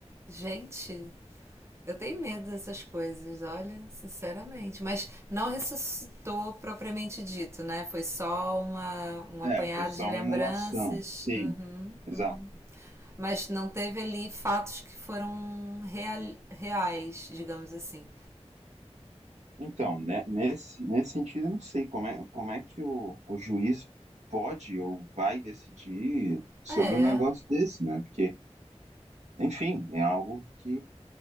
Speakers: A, on the right; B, on the right.
A: Gente, Eu tenho medo dessas coisas, olha, sinceramente. Mas não ressuscitou propriamente dito, né? Foi só uma, um
B: É,
A: apanhado
B: foi só
A: de lembranças.
B: uma emulação. Sim,
A: Uhum, uhum.
B: exato.
A: Mas não teve ali fatos que foram real, reais, digamos assim.
B: Então, né, nesse, nesse sentido, eu não sei como é, como é que o, o juiz pode ou vai decidir sobre
A: É,
B: um negócio desse, né? Porque, enfim, é algo que,